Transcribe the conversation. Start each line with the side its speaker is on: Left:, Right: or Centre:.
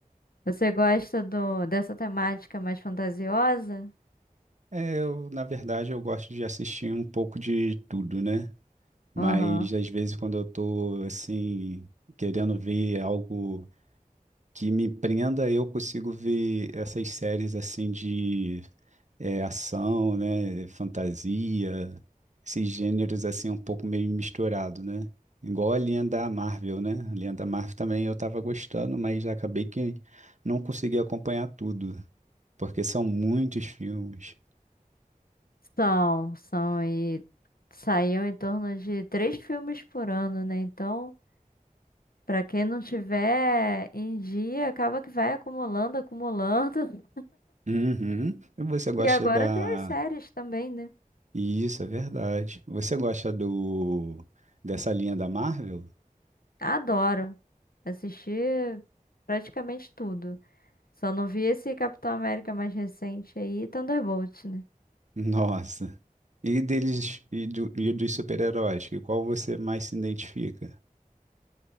Left: Você gosta do dessa temática mais fantasiosa?
Right: É, eu, na verdade, eu gosto de assistir um pouco de tudo, né? Mas
Left: Aham.
Right: às vezes quando eu tô assim, querendo ver algo. que me prenda, eu consigo ver essas séries assim de é, ação, né, fantasia, esses gêneros assim um pouco meio misturado, né? Igual a linha da Marvel, né? A linha da Marvel também eu tava gostando, mas acabei que não consegui acompanhar tudo, porque são muitos filmes.
Left: São, são e saíam em torno de três filmes por ano, né? Então Pra quem não tiver em dia, acaba que vai acumulando, acumulando. <laughs>
Right: Uhum. E Você gosta
Left: E agora
Right: da...
Left: tem as séries também, né?
Right: Isso, é verdade. Você gosta do... dessa linha da Marvel?
Left: Adoro assistir praticamente tudo. Só não vi esse Capitão América mais recente aí, Thunderbolt, né?
Right: Nossa. E deles e, do- e dos super-heróis, que qual você mais se identifica?